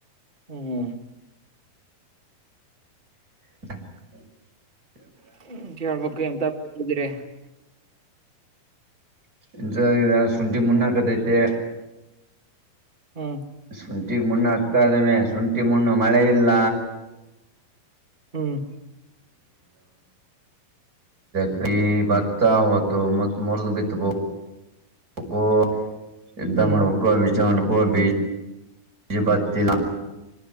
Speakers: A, on the right; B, on the right.
A: ಹ್ಮ್ ಹ್ಮ್
B: <inaudible>
A: <unintelligible> ಎಂತ <unintelligible>
B: ಇ ಶುಂಠಿ ಮುಣನ್ನಕದೈತೆ
A: ಹ್ಮ
B: ಶುಂಠಿಗೆ ಮುಣ್ಣು ಹಾಕ್ತಾದವೆ ಶುಂಠಿ ಮುಣ್ಣು ಮಳೆ ಇಲ್ಲ
A: ಹ್ಮ್
B: ಕಿ ಬತಾತ ಮೂರ್ದ ಬಿತ್ತಬೋ <unintelligible> ಎಂತ
A: ಹ್ಮ್
B: ಮಾಡ ಉಕ್ಕು ವಿಜಯ ಮಾಡ ಕ ಬಜ ಬ ತಿಲ್ಲ